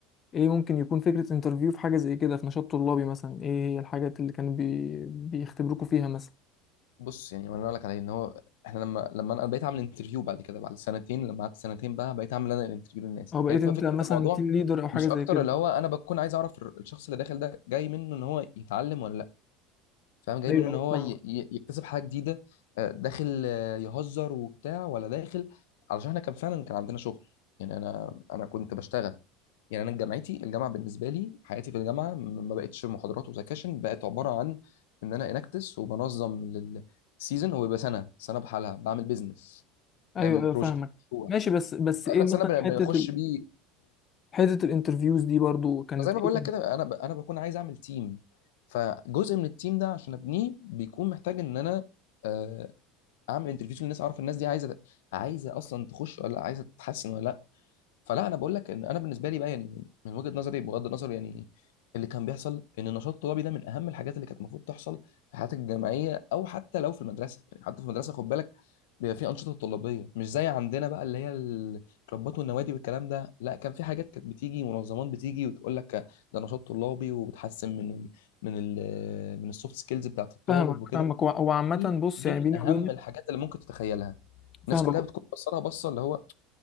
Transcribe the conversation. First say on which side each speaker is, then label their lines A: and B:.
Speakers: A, on the left (about 35°); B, on the left (about 80°).
A: ايه ممكن يكون فكرة انترفيو في حاجة زي كده في نشاط طلابي مثلا ايه هي الحاجات اللي كانوا بي... بيختبروكوا فيها مثلا
B: بص يعني وانا اقول لك عليه ان هو احنا لما لما انا بقيت اعمل انترفيو بعد كده بعد سنتين لما قعدت سنتين بقى بقيت اعمل انا الانترفيو للناس
A: او بقيت
B: هي بتبقى
A: انت
B: فكره
A: مثلا
B: الموضوع
A: تيم ليدر او حاجة
B: مش
A: زي
B: اكتر
A: كده
B: اللي هو انا بكون عايز اعرف الشخص اللي داخل ده جاي منه ان هو يتعلم ولا لا فاهم جاي
A: ايوه
B: من ان
A: ايوه
B: هو
A: فاهمك
B: ي- ي- يكتسب حاجه جديده آه، داخل آه، يهزر وبتاع ولا داخل علشان احنا كان فعلا كان عندنا شغل يعني انا انا كنت بشتغل يعني انا جامعتي الجامعه بالنسبه لي حياتي في الجامعه م- ما بقتش محاضرات وسكاشن بقت عباره عن ان انا انكتس وبنظم للسيزون هو بيبقى سنه سنه بحالها بعمل بيزنس
A: ايوه
B: نعمل
A: ايوه
B: بروجكت
A: فاهمك
B: في
A: ماشي بس بس ايه
B: اخر السنه
A: مثلا
B: بن-
A: حتة
B: بنخش
A: ال...
B: بيه
A: حتة الانترفيوز دي برضو كانت
B: زي ما
A: ايه
B: بقول لك كده انا ب... انا بكون عايز اعمل تيم فجزء من التيم ده عشان ابنيه بيكون محتاج ان انا آه، اعمل انترفيو للناس اعرف الناس دي عايزه عايزه اصلا تخش ولا لأ، عايزه تتحسن ولا فلا انا بقول لك ان انا بالنسبه لي بقى يعني من وجهه نظري بغض النظر يعني اللي كان بيحصل ان النشاط الطلابي ده من اهم الحاجات اللي كانت المفروض تحصل في حياتك الجامعيه او حتى لو في المدرسه يعني حتى في المدرسه خد بالك بيبقى في انشطه طلابيه مش زي عندنا بقى اللي هي الكلوبات والنوادي والكلام ده لا كان في حاجات كانت بتيجي منظمات بتيجي وتقول لك ده نشاط طلابي وبتحسن من ال من ال من السوفت سكيلز بتاعت الطالب
A: فاهمك
B: وكده
A: فاهمك وع- وعامة
B: دي
A: بص
B: من
A: يعني بيني
B: اهم
A: وبينك
B: الحاجات اللي ممكن تتخيلها الناس
A: فاهمك
B: كلها بتكون بصلها بصه اللي هو